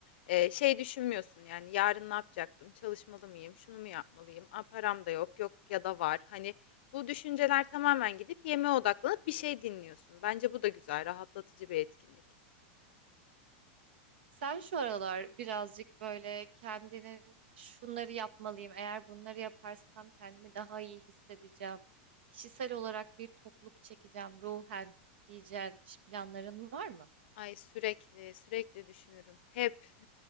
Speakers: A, on the left; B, on the right.
A: Ee, şey düşünmüyorsun yani yarın ne yapacaktım? Çalışmalı mıyım? Şunu mu yapmalıyım? Aa, param da yok. Yok ya da var. Hani bu düşünceler tamamen gidip yemeğe odaklanıp bir şey dinliyorsun. Bence bu da güzel, rahatlatıcı bir etkinlik.
B: Sen şu aralar birazcık böyle kendinin şunları yapmalıyım. Eğer bunları yaparsam kendimi daha iyi hissedeceğim. Kişisel olarak bir tokluk çekeceğim ruhen diyeceğin planların var mı?
A: Ay sürekli sürekli düşünürüm. Hep <laughs>